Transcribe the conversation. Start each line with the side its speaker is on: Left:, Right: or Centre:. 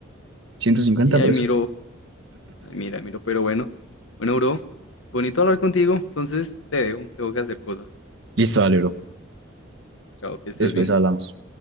Right: ciento cincuenta
Left: Sí, ahí
Right: por eso.
Left: miro, ahí mira, miro, pero bueno. Bueno, bro, bonito hablar contigo, entonces te dejo, tengo que hacer cosas.
Right: Listo, dale, bro.
Left: Chao, que estés
Right: Después
Left: bien.
Right: hablamos.